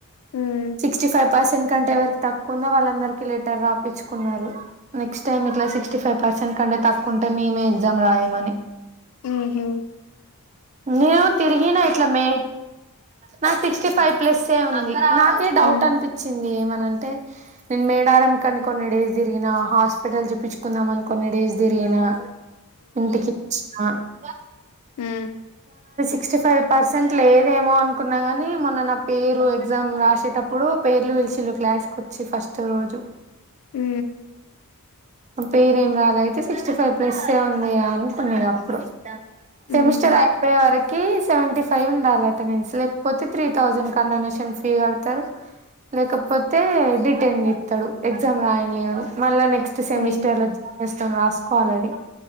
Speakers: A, on the left (about 80°); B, on the right (about 30°).
A: ఉమ్
B: సిక్స్టీ ఫైవ్ పర్సెంట్ దుకంటే ఎవరికి తక్కువుందో వాళ్ళందరికి లెటర్ రాపిచ్చుకున్నారు నెస్ట్ టై ఇట్లా సిక్స్టీ ఫై్ పర్సన్ కంటే తక్కువుంటే మీమే ఎగ్జామ్ రాయమని
A: మ్ హు
B: నేను తిరిగిిన ఇట్ల మే నాది సిక్స్టీ ఫైవ్ ప్లస్ ఏ ఉంది నాకే డౌట్
A: ఉమ్
B: అనిపిచి ఏమనంటే నేను మేడారం కని కొన్ని డేస్ తిరిగిన హాస్పిటల్ చూపించుకుందామని కొన్ని డేస్ తిరిగిన ఇంటికి వచ్చిన కా
A: హు
B: సిక్స్టీ ఫైవ్ పర్సెంట్ లేదేమో అనుకున్నా కానీ మొన్న నా పేరు ఎగ్జామ్ రాసేటప్పుడు పేర్లు పిలిశిళు క్లాస్కోచ్చి ఫస్ట్ రోజు
A: హు
B: పేరేం రాలే అయితే సిక్స్టీ ఫైవ్ ప్లస్ ఏ ఉంది అనుకున్న ఇగ అప్పుడు సెమిస్టర్
A: ఉహు
B: అయిపోయే వరక్ కి సెవెంటీ ఫైవ్ ఉండాలి అటెండెన్స్ లేకపోతే త్రీ థౌజండ్ కండోనేషన్ ఫీ కడుతరు లేకపోతే డిటైన్ చెత్తడు ఎగ్జామ్ రాయనీయ్యాడు మళ్ళా నెక్ నెస్ట్ సెమిస్టర్
A: అయ్యో
B: లో <unintelligible> త్తం రాసుకోవాలది